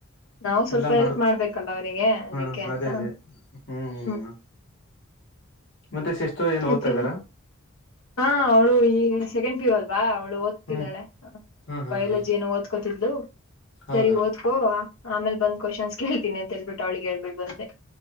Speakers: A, on the left; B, on the left.
A: ನಾವು ಸ್ವಲ್ಪ
B: ಎಲ್ಲಾ
A: ಹೆಲ್ಪ್
B: ಮಾಡ್ಕೊ
A: ಮಾಡ್ಬೇಕಲ್ಲ ಅವರಿಗೆ ಅದಿಕ್ಕೆ
B: ಹಾ
A: ಅಂತ
B: ಅದೇ ಅದೇ ಹ್ಮ್
A: ಹ್ಮ್
B: ಮತ್ತೆ ಸಿಸ್ಟ್ರ್ ಏನ್
A: ಮತ್ತೆ
B: ಓದ್ತಾ ಇದ್ದಾರ
A: ಹಾ ಅವಳು ಈಗ ಸೆಕೆಂಡ್ ಪಿ ಯು ಅಲ್ವಾ ಅವಳು ಓದ್
B: ಹ್ಮ್
A: ತಿದ್ದಾಳೆ
B: ಹ್ಮ್ ಹ್ಮ್
A: ಬೈಲಜಿ
B: ಹ್ಮ್
A: ಏನು ಓದ್ಕೋತಿದ್ಲು
B: ಹೌದಾ
A: ಸರಿ ಓದ್ ಓ ಆಮೇಲೆ ಬಂದು ಕ್ವೆಶ್ಚನ್ಸ್ ಕೇಳ್ತನಿ ಅಂತ ಹೇಳ್ಬಿಟ್ಟು ಅವಳಿಗೆ ಹೇಳ್ಬಿಟ್ಟ ಬಂದೆ